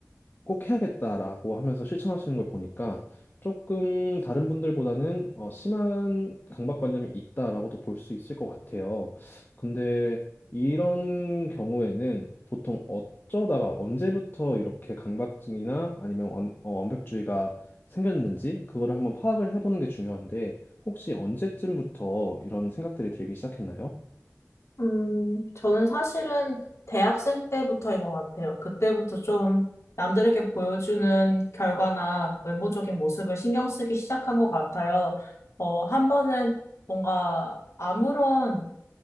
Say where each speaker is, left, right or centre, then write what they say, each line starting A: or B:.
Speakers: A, on the left; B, on the left.
A: 꼭 해야겠다라고 하면서 실천하시는 걸 보니까 조금 다른 분들보다는 어, 심한 강박관념이 있다라고도 볼 수 있을 것 같아요. 근데 이런 경우에는 보통 어쩌다가 언제부터 이렇게 강박증이나 아니면 완, 어, 완벽주의가 생겼는지 그거를 한번 파악을 해보는 게 중요한데 혹시 언제쯤부터 이런 생각들이 들기 시작했나요?
B: 음, 저는 사실은 대학생 때부터인 것 같아요. 그때부터 좀 남들에게 보여주는 결과나 외모적인 모습을 신경 쓰기 시작한 것 같아요. 어, 한 번은 뭔가 아무런